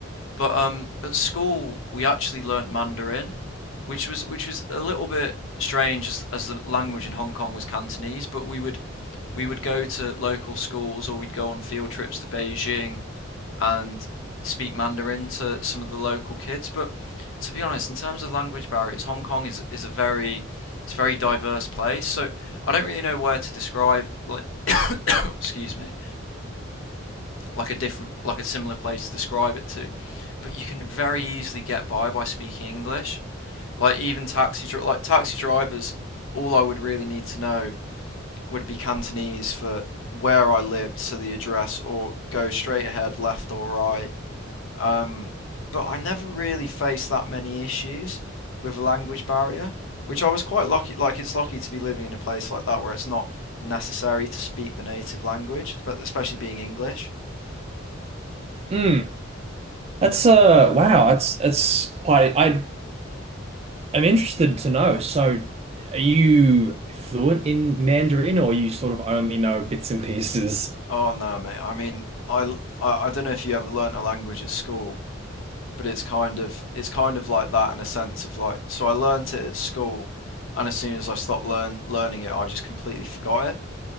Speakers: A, on the left; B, on the right.
A: But um, at school, we actually learnt Mandarin, which was which was a little bit strange as as the language in Hong Kong was Cantonese. But we would we would go to local schools or we'd go on field trips to Beijing and speak Mandarin to some of the local kids. But to be honest, in terms of language barriers, Hong Kong is is a very it's a very diverse place. So I don't really know where to describe like <coughs> excuse me like a different, like a similar place to describe it to. But you can very easily get by by speaking English. Like even taxi, like taxi drivers, all I would really need to know would be Cantonese for where I lived, so the address, or go straight ahead, left or right. Um, but I never really faced that many issues with a language barrier, which I was quite lucky. Like it's lucky to be living in a place like that where it's not necessary to speak the native language, but especially being English.
B: Mm, that's uh, wow, that's that's quite. I I'm interested to know. So, are you fluent in Mandarin, or you sort of only know bits and pieces?
A: Oh no, mate. I mean, I I l- I don't know if you ever learnt a language at school, but it's kind of it's kind of like that in a sense of like so I learnt it at school, and as soon as I stopped learn learning it, I just completely forgot it